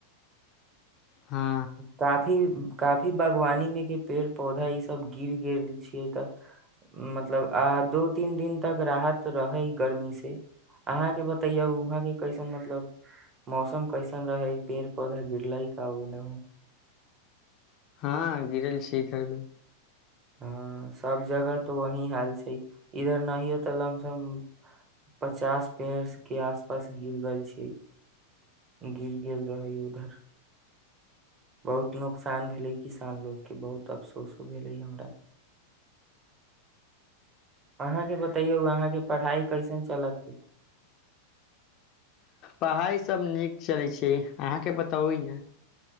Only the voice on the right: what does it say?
काफी काफी बागवानी में के पेड़ पौधा ई सब गिर गेल छियै तऽ मतलब आ दू तीन दिन तक राहत रहै गर्मी से अहाँके बतैयौ वहाँके कैसन मतलब मौसम कैसन रहै पेड़ पौधा गिर ल कह ने
हँ सब जगह तो वही हाल छै इधर नहियो तऽ लमसम पचास पेड़स के आस पास गिर गेल छै गिर गेल रहै उधर बहुत नुोकसान भेलै किसान लोकोगके बहुत अफसोसो भेलै हमरा अहाँके बतैयौ अहाँके पढ़ाइ कैसन चलत ह